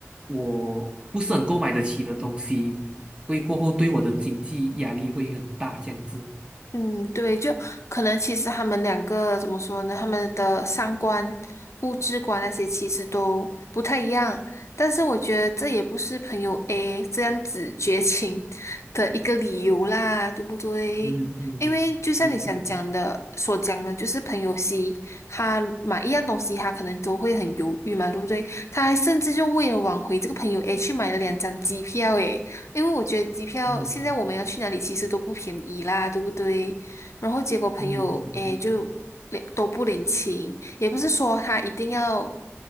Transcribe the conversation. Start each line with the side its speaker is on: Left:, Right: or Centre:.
Right: 我不是很购买得起的东西，会过后对我的经济压力会很大这样子。
Left: 嗯，对，就可能其实他们两个怎么说呢？他们的三观、物质观那些其实都不太一样，但是我觉得这也不是朋友 A 这样子绝情的一个理由啦，对不对？
Right: 嗯嗯，
Left: 因为就像你想讲的所讲的，
Right: 对对对，
Left: 就是朋友 C 他买一样东西，他可能都会很犹豫嘛，对不对？他还甚至就为了挽回这个朋友 A 去买了两张机票，诶。因为我觉得机票现在我们要去哪里其实都不便宜啦，
Right: 嗯
Left: 对不对？然后结果朋友诶就领都不领情，
Right: 嗯嗯，
Left: 也不是说他一定要